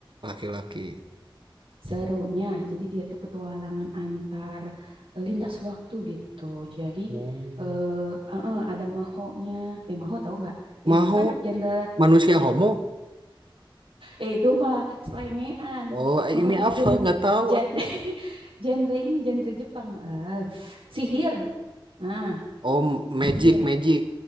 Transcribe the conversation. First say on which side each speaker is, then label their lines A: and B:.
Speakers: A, on the right; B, on the right.
A: laki-laki.
B: serunya jadi dia tuh petualangan antar eh, lintas waktu gitu jadi
A: Oh.
B: eh eh, eh, ada mahonya eh maho tahu nggak Eh,
A: Mau
B: itu kan gender
A: manusia homo?
B: eh itu mah selengean
A: Oh
B: maho
A: ini
B: tuh
A: apa?
B: gen
A: Nggak tahu
B: ja-
A: aku.
B: <laughs> genre ini genre Jepang eh sihir nah
A: Oh magic
B: sihir
A: magic.